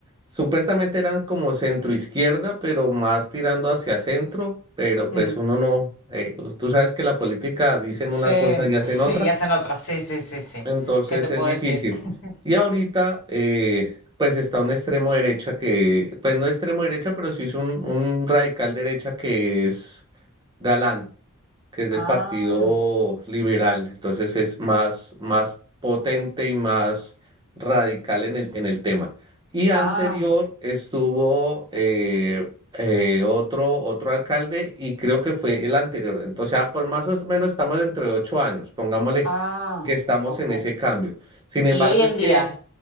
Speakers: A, on the right; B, on the left.
A: supuestamente eran como centro izquierda, pero más tirando hacia centro, pero
B: Mm,
A: pues uno no, eh, tú sabes que la política dicen
B: Sí,
A: una cosa y
B: <laughs>
A: hacen
B: sí,
A: otra.
B: hacen otra, sí, sí, sí, sí.
A: Entonces
B: ¿Qué te puedo
A: es difícil.
B: decir? <laughs>
A: Y ahorita, eh, pues está un extremo derecha que, pues no extremo derecha, pero sí es un, un radical derecha que es Galán, que es del
B: Ah,
A: Partido Liberal. Entonces es más, más potente y más radical en el, en el tema. Y anterior
B: ah,
A: estuvo eh, eh, otro, otro alcalde y creo que fue el anterior. Entonces, ah, por más o menos estamos entre ocho años, pongámosle
B: ah,
A: que estamos
B: ok.
A: en ese cambio. Sin
B: Y
A: embargo,
B: hoy en
A: es que
B: día,